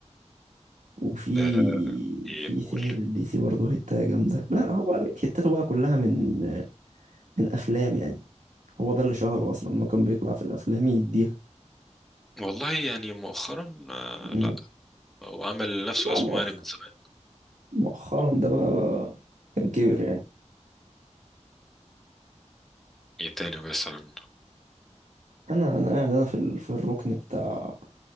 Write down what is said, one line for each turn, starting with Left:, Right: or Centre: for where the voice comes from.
Right: وفي
Centre: آه ايه
Right: في إيه
Centre: قول
Right: تاني لليسي برضه هتاية جامده لا هو بقى هتاته بقى كلها من من افلام يعني هو ده اللي شهره اصلا ما كان بيطلع في الافلام يديها
Centre: والله يعني مؤخرا آه
Right: امم
Centre: لا هو عمل لنفسه
Right: لا
Centre: اسمه
Right: مؤخ...
Centre: يعني من زمان
Right: مؤخرا ده بقى كان كبر يعني
Centre: ايه تاني مثلا
Right: انا انا قاعد انا في ال... في الركن بتاع